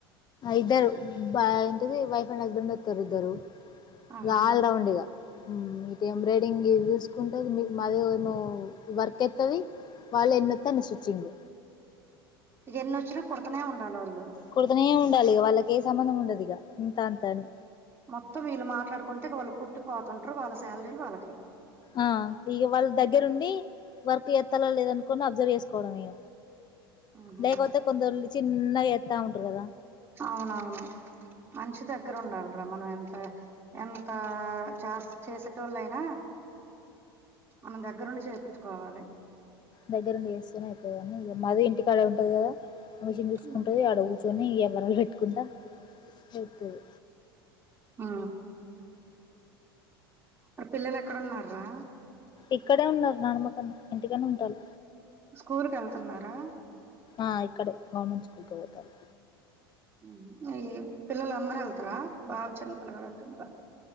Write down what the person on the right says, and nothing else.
ఆహా
ఇగ ఎన్ని వచ్చిన కుడుతునే ఉండాలీ వాళ్ళు
మొత్తం వీళ్ళు మాట్లాడుకుంటే వాళ్ళు కుట్టిపోతుంటరు వాళ్ళ శాలరీలు వాళ్ళకి
ఆహా
అవునవును మనిషి దగ్గర ఉండాలరా మనం ఎంత ఎంత చేస్ చేసేటోలు అయినా మనం దగ్గరుండి చేపించుకోవాలి
ఉమ్.
ఆ మరి పిల్లలు ఎక్కడున్నార్రా
స్కూల్ కి వెళ్తున్నారా
ఉంహు ఈ పిల్లలు అందరు వెళ్తారా బాబు చిన్న పిల్లగాడు అంటున్నావ్ కదా